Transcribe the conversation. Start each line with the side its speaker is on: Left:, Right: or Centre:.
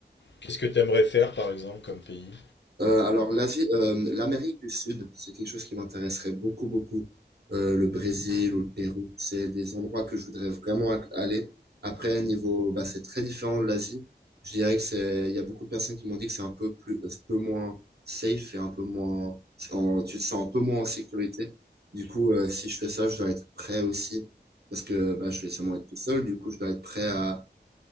Left: Qu'est-ce que t'aimerais faire, par exemple, comme pays?
Right: Euh, alors, l'Asie, euh, l'Amérique du Sud, c'est quelque chose qui m'intéresserait beaucoup, beaucoup. Euh, le Brésil ou le Pérou, c'est des endroits que je voudrais vraiment a- aller. Après, niveau, bah, c'est très différent de l'Asie. Je dirais que c'est, il y a beaucoup de personnes qui m'ont dit que c'est un peu plus, un peu moins safe et un peu moins, en- tu te sens un peu moins en sécurité. Du coup, euh, si je fais ça, je dois être prêt aussi parce que bah, je vais sûrement être tout seul. Du coup, je dois être prêt à